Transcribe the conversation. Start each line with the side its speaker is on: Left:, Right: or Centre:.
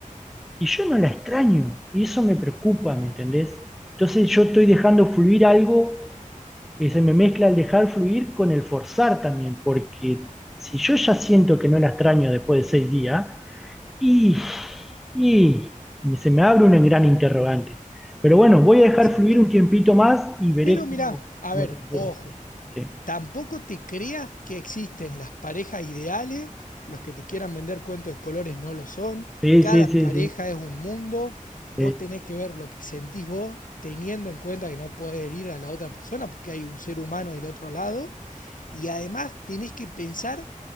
Centre: y yo no la extraño y eso me preocupa, ¿me entendés? Entonces yo estoy dejando fluir algo y se me mezcla el dejar fluir con el forzar también, porque si yo ya siento que no la extraño después de seis días, y, y se me abre un gran interrogante. Pero bueno, voy a
Left: exacto.
Centre: dejar fluir un tiempito más y veré
Left: Pero mirá,
Centre: cómo,
Left: a
Centre: cómo
Left: ver,
Centre: transcurre.
Left: ojo.
Centre: Sí.
Left: Tampoco te creas que existen las parejas ideales, los que te quieran vender cuentos de colores no lo son,
Centre: Sí,
Left: cada
Centre: sí, sí,
Left: pareja
Centre: sí,
Left: es un mundo, vos
Centre: sí.
Left: tenés que ver lo que sentís vos teniendo en cuenta que no puedes herir a la otra persona porque hay un ser humano del otro lado y además tenés que pensar